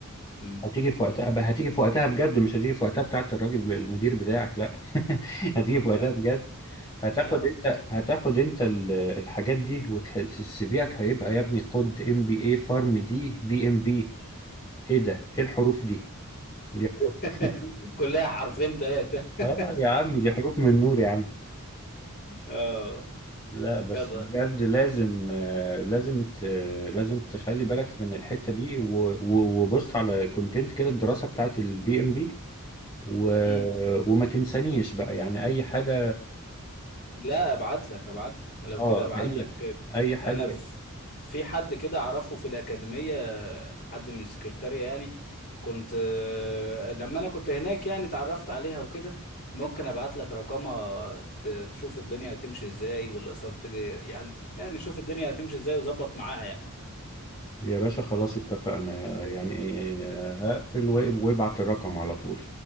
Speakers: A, on the left (about 45°); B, on the left (about 20°).
A: مم.
B: هتيجي في وقتها بقى هتيجي في وقتها بجد مش هتيجي في وقتها بتاعت الراجل ب- المدير بتاعك لا <laughs> هتيجي في
A: يعني
B: وقتها بجد هتاخد
A: يا رب
B: انت هتاخد انت ال- الحاجات دي والسي فيك هيبقى يا ابني خد ام بي اي فارم دي بي ام بي ايه ده ايه الحروف دي دي حروف
A: <laughs>
B: <laughs>
A: كلها حرفين ثلاثة <laughs>
B: اه يا عم دي حروف من نور يا عم
A: اه
B: لا بس
A: يلا
B: بجد لازم آه، لازم ت... لازم تخلي بالك من الحتة دي و... و... وبص على كونتنت كده الدراسة بتاعت البي ام بي و...
A: مم.
B: وما تنسانيش بقى يعني اي حاجة
A: لا ابعت لك ابعت لك لو
B: اه
A: كده ابعت
B: اي
A: لك
B: اي حاجة
A: انا في في حد كده اعرفه في الأكاديمية حد من السكرتارية يعني كنت آه، لما انا كنت هناك يعني اتعرفت عليها وكده ممكن ابعت لك رقمها ت- تشوف الدنيا هتمشي ازاي والاقساط تجي يعني يعني شوف الدنيا هتمشي ازاي وظبط معاها يعني
B: يا باشا خلاص اتفقنا يعني آه، هقفل واب- وابعت الرقم على طول